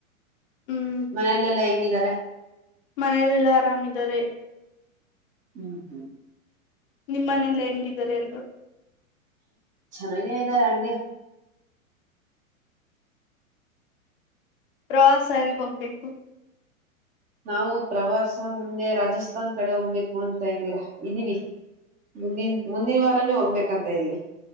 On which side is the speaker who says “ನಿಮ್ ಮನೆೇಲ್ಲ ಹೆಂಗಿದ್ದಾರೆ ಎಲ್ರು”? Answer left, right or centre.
Left